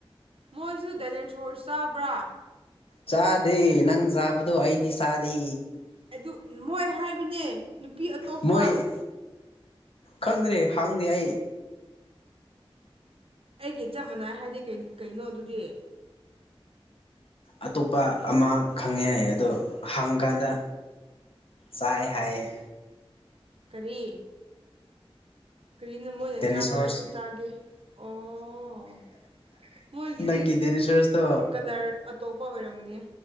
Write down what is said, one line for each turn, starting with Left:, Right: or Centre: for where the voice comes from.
Right: ꯃꯣꯏꯁꯨ ꯗꯅꯦꯁꯣꯔ ꯆꯥꯕ꯭ꯔꯥ
Left: ꯆꯥꯗꯦ ꯅꯪ ꯆꯥꯕꯗꯣ ꯑꯩꯗꯤ ꯆꯥꯗꯦ
Right: ꯑꯗꯨ ꯃꯣꯏ ꯍꯥꯏꯕꯅꯦ ꯅꯨꯄꯤ ꯑꯇꯣꯞꯄ
Left: ꯃꯣꯏ ꯈꯪꯗ꯭ꯔꯦ ꯍꯥꯡꯗꯦ ꯑꯩ
Right: ꯑꯩꯒꯤ ꯆꯞ ꯃꯥꯟꯅꯥꯏ ꯍꯥꯏꯗꯤ ꯀꯩ ꯀꯩꯅꯣ ꯑꯗꯨꯗꯤ
Left: ꯑꯇꯣꯞꯄ ꯑꯃꯥ ꯈꯪꯉꯦꯌꯦ ꯑꯗꯣ ꯍꯪꯀꯥꯟꯗ ꯆꯥꯏ ꯍꯥꯏ ꯌꯦ
Right: ꯀꯔꯤ ꯀꯔꯤꯅꯣ ꯃꯣꯏꯅ
Left: ꯗꯦꯅꯤꯁꯣꯔꯁ
Right: ꯆꯥꯕꯗꯣ ꯑꯩꯁꯨ ꯆꯥꯒꯦ ꯑꯣ ꯃꯣꯏꯒꯤꯗꯤ
Left: ꯅꯪꯒꯤ ꯗꯦꯅꯤꯁꯣꯔꯁꯇꯣ
Right: ꯀꯂꯔ ꯑꯇꯣꯞꯄ ꯑꯣꯏꯔꯝꯒꯅꯤ